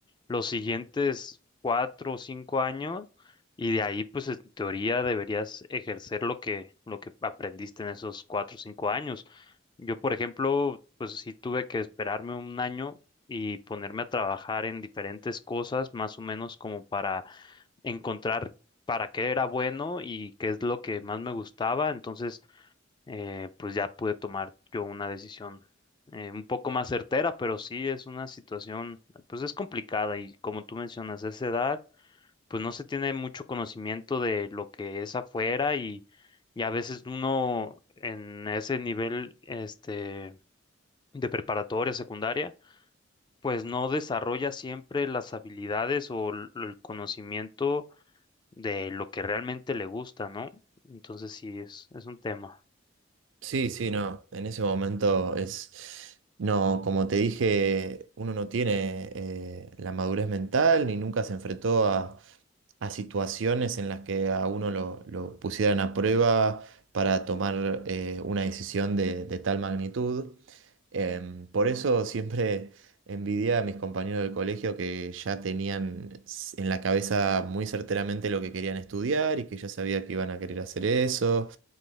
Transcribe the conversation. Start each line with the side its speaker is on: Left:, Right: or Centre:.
Left: los siguientes cuatro o cinco años y de ahí pues en teoría deberías ejercer lo que, lo que aprendiste en esos cuatro o cinco años. Yo, por ejemplo, pues sí tuve que esperarme un año y ponerme a trabajar en diferentes cosas, más o menos como para encontrar para qué era bueno y qué es lo que más me gustaba. Entonces, eh, pues ya pude tomar yo una decisión eh, un poco más certera, pero sí es una situación, pues es complicada y como tú mencionas, a esa edad, pues no se tiene mucho conocimiento de lo que es afuera y, y a veces uno en ese nivel, este, de preparatoria, secundaria, pues no desarrolla siempre las habilidades o el el conocimiento de lo que realmente le gusta, ¿no? Entonces sí, es, es un tema.
Right: Sí, sí, no, en ese momento es, no, como te dije, uno no tiene eh, la madurez mental ni nunca se enfrentó a, a situaciones en las que a uno lo, lo pusieran a prueba para tomar eh, una decisión de, de tal magnitud. Em, por eso siempre <laughs> envidia a mis compañeros del colegio que ya tenían s- en la cabeza muy certeramente lo que querían estudiar y que ya sabía que iban a querer hacer eso